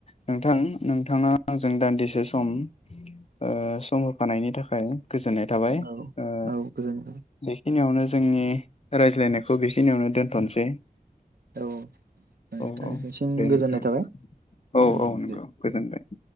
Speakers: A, on the left; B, on the right.
A: नोंथां नोंथाङा आंजों दान्दिसे सम ओ सम होफानायनि थाखाय गोजोननाय थाबाय
B: आरो
A: ओ
B: औ गोजोनथों
A: बेखिनियावनो जोंनि रायज्लायनाय खौ बेखिनियावनो दोनथ'नोसै
B: औ नोंथांनिसिम
A: औ औ दे नोंथां
B: गोजोननाय थाबाय
A: औ
B: उम
A: औ नंगौ
B: दे
A: गोजोनबाय <inaudible>